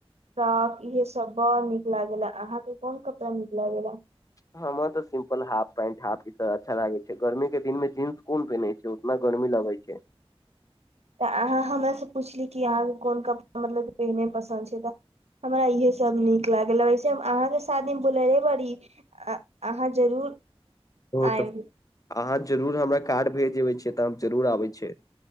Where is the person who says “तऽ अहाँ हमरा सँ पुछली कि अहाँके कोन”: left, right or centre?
Right